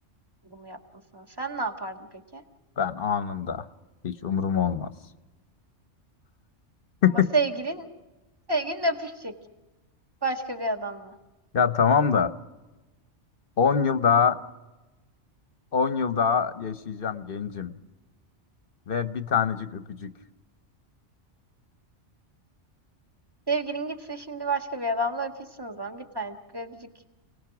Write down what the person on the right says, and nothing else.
bunu yapmasına. Sen ne yapardın peki?
Ama
sevgilin sevgilin öpüşecek başka bir adamla.
Sevgilin gitse şimdi başka bir adamla öpüşsün o zaman bir tane öpücük